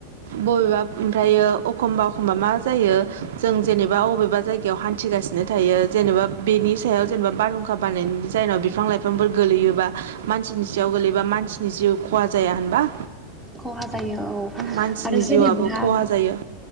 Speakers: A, on the right; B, in the centre.
A: बबेबा ओमफ्रायो एखमबा एखमबा मा जायो जों जेनेबा बबेबा जायगायाव याव हान्थिगासिनो थायो जेनेबा बेनि सायाव जेनेबा बारहुंखा बानायनायनि जनाव बिफां लाइफांफोर गोलैयोबा मानसिनि सायाव गोलैबा मानसिनि जिउ खहा जाया होनबा!
B: खहा जायो औ
A: मानसिनि
B: आरो जेनेबा
A: जिउआबो खहा जायो